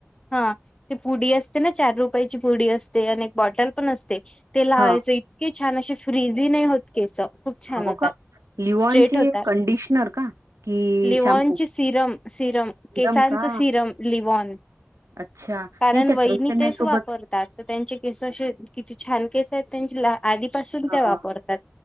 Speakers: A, on the left; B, on the right.
A: हा ते पुडी असते ना चार रुपे ची पुडी असते आणि बॉटल पण असते ते लावायच
B: हा
A: इतके -- छान असे फ्रीझी नाही होत केस खूप छान
B: हो
A: होतात.
B: का? लिओनचे
A: स्रेट होत
B: कंडिशनर का? की
A: leave in
B: shampoo?
A: Serum serum
B: serum
A: केसां
B: का?
A: सिरम लिवन
B: अच्छा.
A: कारण
B: नाही त्या
A: वहिनी
B: ट्रेसेमे
A: तेच
B: सोबत
A: वापरत तर त्यांचे केस असे किती छान केस आहेत. त्यां आधीपासून ते
B: अ,
A: वापरतात